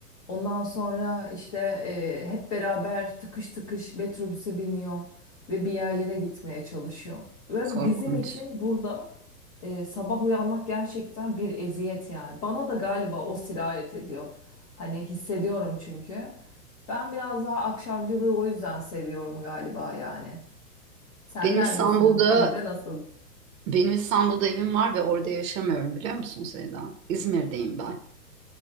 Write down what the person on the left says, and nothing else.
Ondan sonra işte eee, hep beraber tıkış tıkış metrobüse biniyor ve bir yerlere gitmeye çalışıyor. Ve
bizim için burada eee, sabah uyanmak gerçekten bir eziyet yani. Bana da galiba o sirayet ediyor. Hani hissediyorum çünkü. Ben biraz daha akşamcılığı o yüzden seviyorum galiba yani. Sen
neredesin?
Sizde nasıl?